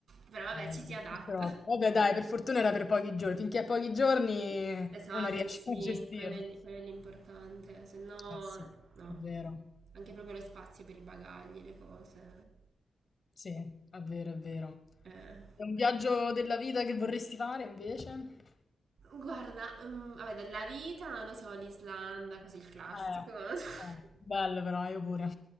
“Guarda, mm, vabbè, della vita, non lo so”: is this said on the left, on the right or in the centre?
Right